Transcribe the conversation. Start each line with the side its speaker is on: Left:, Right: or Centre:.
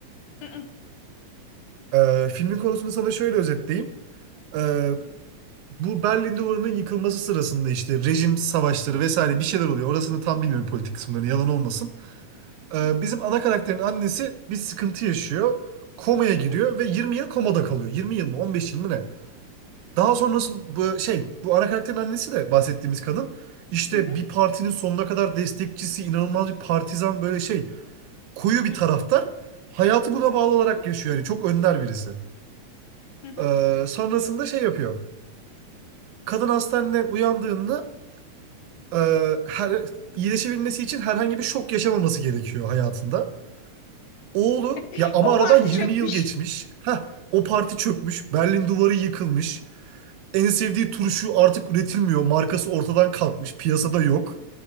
Left: hı hı hı
Right: E, filmin konusunu sana şöyle özetleyeyim. E, bu Berlin Duvarı'nın yıkılması sırasında işte rejim savaşları vesaire bir şeyler oluyor. Orasını tam bilmiyorum politik kısımlarını yalan olmasın. Ee,
Left: hı
Right: bizim ana karakterin annesi bir sıkıntı yaşıyor. Komaya giriyor
Left: hı
Right: ve 20 yıl komada kalıyor. 20 yıl mı 15 yıl mı ne? Daha sonrasında bu şey bu ana karakterin annesi de bahsettiğimiz kadın işte
Left: hı hı
Right: bir partinin sonuna kadar destekçisi, inanılmaz bir partizan böyle şey koyu bir
Left: hı
Right: taraftar.
Left: hı
Right: Hayatı buna bağlı olarak
Left: hı
Right: yaşıyor yani çok önder birisi.
Left: hı hı.
Right: Ee, sonrasında şey yapıyor. Kadın hastaneden uyandığında e, her, iyileşebilmesi için herhangi bir şok yaşamaması gerekiyor hayatında. Oğlu
Left: <laughs>
Right: ya ama
Left: O
Right: aradan
Left: parti
Right: 20
Left: çökmüş.
Right: yıl geçmiş. Ha o parti çökmüş. Berlin duvarı yıkılmış. En sevdiği turşu artık üretilmiyor. Markası ortadan kalkmış. Piyasada yok.